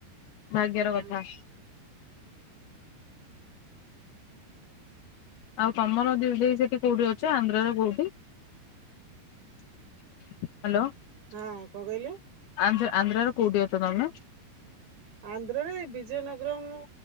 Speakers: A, on the left; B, on the right.
A: ଭାଗ୍ୟର
B: ହଁ ହଁ
A: କଥା।
B: ହଁ
A: ଆଉ ତମର ଦିଇ ଦେଇ ସେଠି କୋଉଠି ଅଛ ଆନ୍ଧ୍ରରେ କୋଉଠି। ହ୍ୟାଲୋ।
B: ହଁ କଣ କହିଲେ
A: ଆନ୍ଧ୍ ଆନ୍ଧ୍ର ରୁ କୋଉଠି ଅଛ ତମେ
B: ଆନ୍ଧ୍ରରେ ବିଜୟନଗରମ